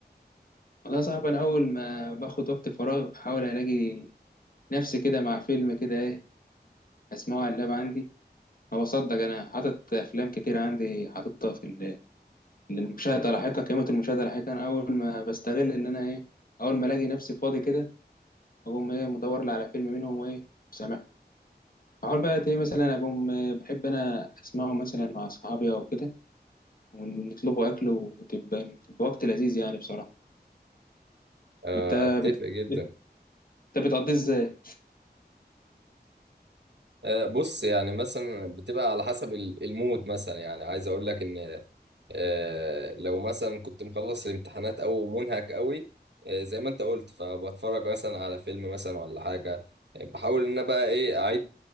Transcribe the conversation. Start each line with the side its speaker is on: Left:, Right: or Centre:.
Left: والله يا صاحبي انا اول ما باخد وقت فراغ احاول الاقي نفسي كده مع فيلم كده ايه اسمعه على اللاب عندي ما بصدق انا حاطط افلام كتير عندي حاططها في ال- للمشاهده لاحقا قيمه المشاهده لاحقا انا اول ما بستغل ان انا ايه اول ما الاقي نفسي فاضي كده اقوم ايه مدور لي على فيلم منهم وايه سامعه اقول بقى ايه مثلا اقوم آه، بحب انا اسمعه مثلا مع اصحابي او كده ونطلبوا اكل وتبقى تبقى وقت لذيذ يعني بصراحه
Right: آه،
Left: انت
Right: اتفق
Left: بت...
Right: جدا
Left: بت... انت بتقضيه ازاي؟
Right: آه، بص يعني مثلا بتبقى على حسب ال- المود مثلا يعني عايز اقول لك ان آه، لو مثلا كنت مخلص الامتحانات او منهك قوي آه، زي ما انت قلت فبتفرج مثلا على فيلم مثلا ولا حاجه آه، بحاول ان انا بقى ايه اعيد